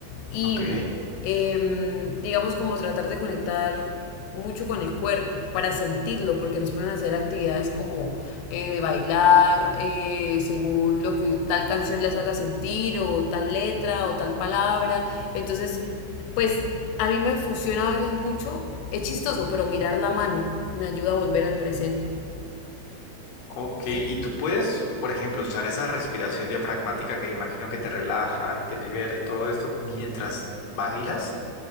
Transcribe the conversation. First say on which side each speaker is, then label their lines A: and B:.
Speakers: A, on the left; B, on the left.
A: y
B: Ok.
A: em, digamos como tratar de conectar mucho con el cuerpo para sentirlo, porque nos ponen a hacer actividades como eh, de bailar, eh, según lo que tal canción les haga sentir, o tal letra, o tal palabra. Entonces, pues a mí me funciona a veces mucho, es chistoso, pero mirar la mano me ayuda a volver al presente.
B: Ok,
A: ¿Sí?
B: y tú puedes, por ejemplo, usar esa respiración diafragmática que imagino que te relaja y te libera y todo esto mientras bailas.